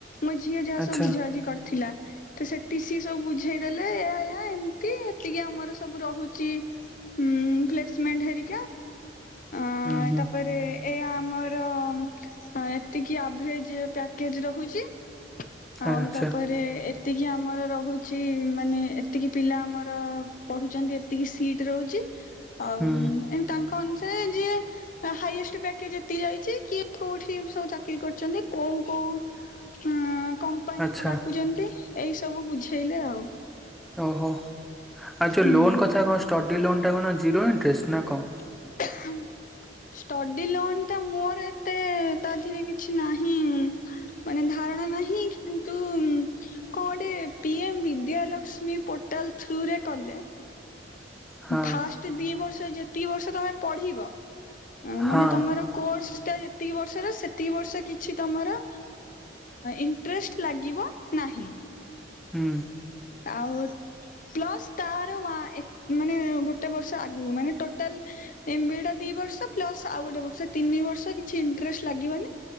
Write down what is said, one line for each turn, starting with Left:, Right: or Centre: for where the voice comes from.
Left: ମୋ ଝିଅ ଯାହା
Centre: ଆଚ୍ଛା
Left: ସବୁ ବୁଝାବୁଝି କର୍ ଥିଲା ତ ସେଠି ସିଏ ସବୁ ବୁଝେଇ ଦେଲେ ଏୟା ଏୟା ଏମତି ଏତିକି ଆମର ସବୁ ରହୁଚି ଉଁ ପ୍ଲେସମେଣ୍ଟ୍ ହେରିକା ଆ-ତାପରେ
Centre: ହୁଁ ହୁଁ
Left: ଏ ଆମର ର ଅ ଏତିକି ଆଭରେଜ୍ ପ୍ୟାକେଜ୍ ରହୁଚି ଆଉ
Centre: ଆଚ୍ଛା
Left: ତାପରେ ଏ ଏତିକି ଆମର ରହୁଚି ମାନେ ଏତିକି ପିଲା ଆମର ପଢ଼ୁଚନ୍ତି ଏତିକି ସିଟ୍ ରହୁଚି। ଆଉ
Centre: ହୁଁ
Left: ଏମ୍-ତାଙ୍କ ଅନୁସାରେ ଯିଏ ହାଇଏଷ୍ଟ୍ ପ୍ୟାକେଜ ଯାଇଚି କିଏ କୋଉଠି ସବୁ ଚାକିରୀ କରଚନ୍ତି କୋଉ କୋଉ ହଁ କମ୍ପାନୀ
Centre: ଆଚ୍ଛା
Left: କୁ ଡାକୁଛନ୍ତି ଏଇ ସବୁ ବୁଝେଇଲେ ଆଉ।
Centre: ଓହୋ ଆଉ ଯୋଉ
Left: ହୁଁ।
Centre: ଲୋନ୍ କଥା କଣ ଷ୍ଟଡି ଲୋନ୍ ଟା କଣ ଜିରୋ ଇଣ୍ଟରେଷ୍ଟ ନା କଣ?
Left: <unintelligible> ଷ୍ଟଡି ଲୋନ୍ ଟା ମୋର ଏତେ ତାରେ କିଛି ନାହିଁ ମାନ କିନ୍ତୁ କଣ ଗୋଟେ ବିଦ୍ୟା ଲକ୍ସମି କଲେ
Centre: ହଁ
Left: ଫାଷ୍ଟ ଦି ବର୍ଷ ଯେତିକି ବର୍ଷ ତମେ ପଢିବ
Centre: ହଁ
Left: ମାନେ ତମର କୋର୍ସ ଟା ଯେତିକି ବର୍ଷର ସେତିକି ବର୍ଷ କିଛି ତମର ଇଣ୍ଟଷ୍ଟ ଲାଗିବ ନାହି
Centre: ହୁଁ।
Left: ଆଉ ପ୍ଲସ୍ ତାର ମାନେ ଗୋଟେ ବର୍ଷ ଆଗ ମାନେ ଟୋଟାଲ ବର୍ଷ ପ୍ଲସ ଆଉ ଗୋଟେ ବର୍ଷ ତିନି ବର୍ଷ କିଛି ଇଣ୍ଟଷ୍ଟ ଲାଗିବନି